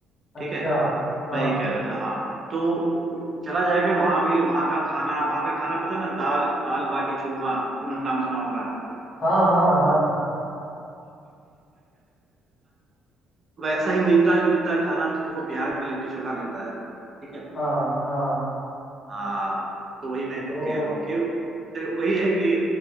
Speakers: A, on the left; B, on the right.
A: अच्छा
B: ठीक है
A: हाँ
B: मैं ये कह रहा था हाँ तो चला जाएगा वहाँ भी वहाँ का खाना वहाँ का खाना पता है ना दाल दाल बाटी चूरमा तूने नाम सुना होगा
A: हाँ हाँ हाँ
B: वैसा ही मिलता जुलता खाना तुमको बिहार में लिट्टी चोखा मिलता है ठीक है
A: हाँ हाँ
B: हाँ तो वही मैं
A: तो
B: कह रहा हूँ कि तो वही है कि